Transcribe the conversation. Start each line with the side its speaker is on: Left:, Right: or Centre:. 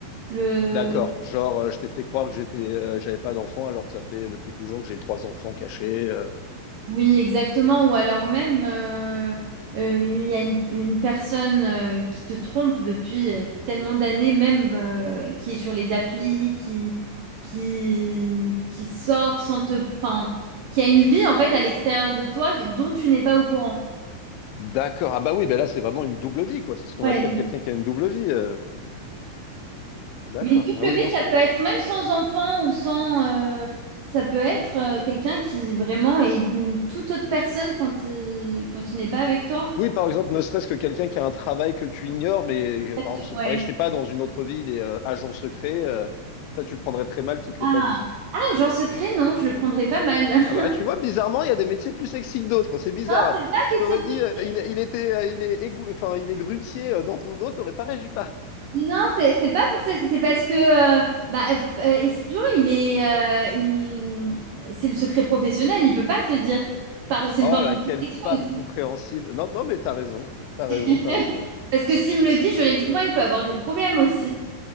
Right: Le...
Left: D'accord. Genre, euh, je t'ai fait croire que j'étais, euh, j'avais pas d'enfant alors que ça fait depuis toujours que j'ai trois enfants cachés. euh.
Right: Oui, exactement. Ou alors même, euh, euh, il y a une, une personne euh, qui te trompe depuis euh, tellement d'années, même euh, qui est sur les applis, qui, qui, qui sort sans te... Enfin, qui a une vie en fait à l'extérieur de toi dont tu n'es pas au courant.
Left: D'accord. Ah bah oui, bah là, c'est vraiment une double vie, quoi. C'est ce qu'on
Right: Ouais.
Left: appelle quelqu'un qui a une double vie. euh. D'accord.
Right: Mais une double
Left: Ah oui,
Right: vie,
Left: non,
Right: ça
Left: c'est
Right: peut
Left: vrai.
Right: être même sans enfant ou sans... euh, ça peut être euh, quelqu'un qui vraiment est une toute autre personne quand il, quand il n'est pas avec toi.
Left: Oui, par exemple, ne serait-ce que quelqu'un qui a un travail que tu ignores, mais euh,
Right: En
Left: par
Right: fait,
Left: exemple son
Right: Ouais.
Left: travail, je sais pas, dans une autre ville et agent secret, euh, ça tu le prendrais très mal qu'il te
Right: Ah.
Left: l'ait pas dit.
Right: Ah, genre secret, non, je le prendrais pas mal.
Left: Ah bah, tu
Right: <laughs>
Left: vois, bizarrement, il y a des métiers plus sexy que d'autres. C'est bizarre.
Right: Non, c'est pas
Left: Je
Right: question
Left: t'aurais
Right: de... secret.
Left: dit, euh, il, est- il était, euh, il est égout, enfin, il est grutier euh, dans ton dos, t'aurais pas réagi pas.
Right: Non, c'est c'est pas pour ça. C'est c'est parce que euh, bah, euh, espion, il est, euh, il- c'est le secret professionnel. Il peut pas te le dire. Par, c'est
Left: Oh
Right: une forme
Left: là,
Right: de protection
Left: quelle femme
Right: aussi.
Left: compréhensive. Non, non, mais t'as raison, t'as
Right: <laughs>
Left: raison, t'as raison.
Right: Parce que s'il me le dit, juridiquement, il peut avoir des problèmes aussi.